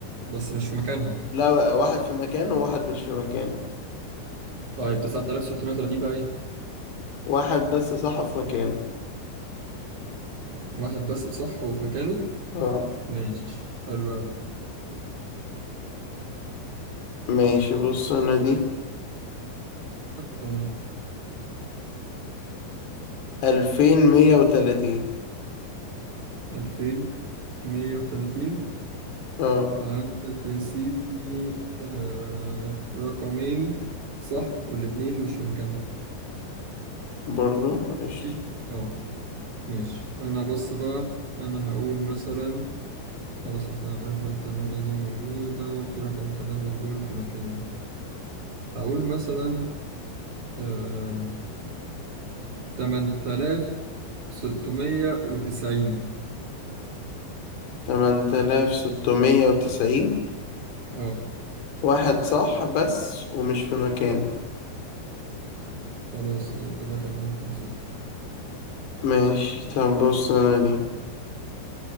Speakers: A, on the right; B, on the left.
A: بس مش في مكانهم
B: لا بقى، واحد في مكانه وواحد مش في مكانه
A: طيب 9630 بقى إيه؟
B: واحد بس صح في مكانه
A: واحد بس صح وفي مكانه؟
B: اه
A: ماشي حلو أوي
B: ماشي بص أنا دي
A: تمام
B: ألفين مية وتلاتين
A: 2130
B: اه
A: عندك يا سيدي آه رقمين صح والاتنين مش في مكانهم
B: برضو قشطة
A: في- اه ماشي انا بص بقى انا هقول مثلا خلاص احنا عرفنا التمانية دي موجودة في رقم كمان من دول في مكانه هقول مثلا آم، تمن تلاف ستمية وتسعين
B: تمن تلاف ستمية وتسعين
A: اه
B: واحد صح بس ومش في مكانه
A: خلاص يبقى ده كمان كان صح
B: ماشي طب بص انا دي